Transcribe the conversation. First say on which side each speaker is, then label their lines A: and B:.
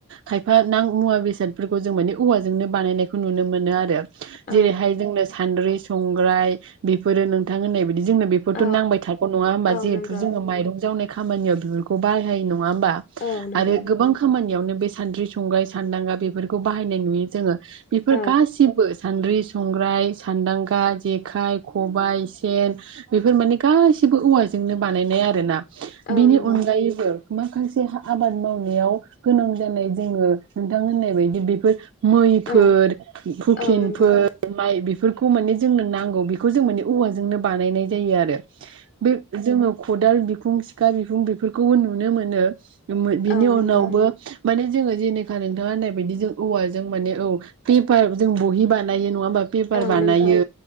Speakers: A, on the right; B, on the left.
A: खायफा नां मुवा बेसादफोरखौ जों माने औवाजोंनो बानायनायखौ नुनो मोनो आरो।
B: औ
A: जेरैहाय जोंनो सान्द्रि, संग्राय बेफोरो नोंथां होननाय जोंनो बेफोरथ'
B: औ
A: नांबाय थागौ नङा होनबा
B: औ
A: जे
B: नंगौ
A: जोङो माइरं जावनाय खामानियाव बेफोरखौ बाहायो नङा होनबा
B: औ नंगौ
A: आरो गोबां खामानियावनो बे सानद्रि, संग्राय, सान्दांगा बेफोरखौ बाहायनाय नुयो। जोङो बेफोर
B: औ
A: गासिबो सान्द्रि संग्राय सान्दांगा जेखाइ खबाइ सेन बेफोर माने गासिबो औवाजोंनो बानायनाय आरो ना।
B: औ
A: बिनि
B: नंगौ
A: अनगायैबो माखासे आबाद मावनायाव गोनां जानाय जोङो नोंथां होननाय बायदि बेफोर मैफोर
B: औ
A: हुकेनफोर
B: औ नंगौ औ
A: माइ बे फोरखौ माने जोंनो नांगौ बेखौ जों माने औवाजोंनो बानायनाय जायो आरो। बे जोङो। खदाल बिखुं सिखा बिखुं बेफोरखौबो नुनो मोनो। <unintelligible> बिनि
B: औ नंगौ
A: उनावबो माने। जोङो जेनेखा नोंथाङा होननाय बायदि जों औवा जों माने औ पेपार जों बहि बा नायो नङा होनबा पेपार
B: औ
A: बानायो
B: नंगौ